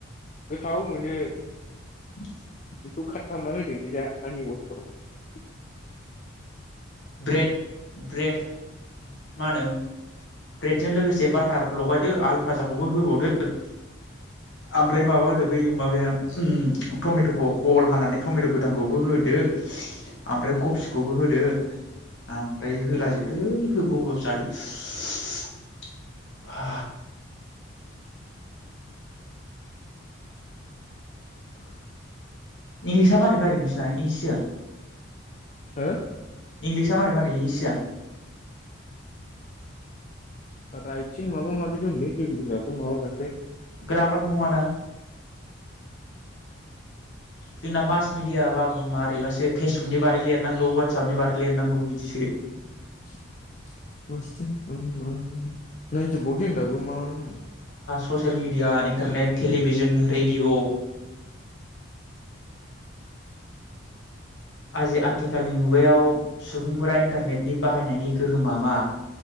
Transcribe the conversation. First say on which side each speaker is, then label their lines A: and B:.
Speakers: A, on the left; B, on the left.
A: गोथाव मोनो।
B: <inaudible>
A: <unintelligible>
B: ब्रेड-ब्रेड मा होनो ब्रेडजों लोगोसे बाटार लगायदो आलु फाजाखौबो होबावदो आ ओमफ्राय माबा होदो बै माबाया ओम टमेट'खौ गल हानानै टमेट' गोथांखौबो होदो, ओमफ्राय कफिखौबो होदो ओमफ्राय होला जोब है होफब- होफब जादो सुब। हा
A: <inaudible>
B: इंलिसाआ मारै मारै नोंसिना इस होआ?
A: हो?
B: इंलिसआ मारै मारै इस होआ?
A: रायथिं माबा माबि दंलै
B: ग्रामारबो नङा ना? जोंना मास मिडियाबाबो माबारैबासो फेसबुकनि बारै लिरनांगौ वाटससपनि बारै लिरनांगौ बिदिसो।
A: <unintelligible>
B: Social media, internet, television, radio आजि-आथिखालनि मुगायाव सुबुंफोरा इन्टारनेटनि बाहायनायनि गोहोमा मा,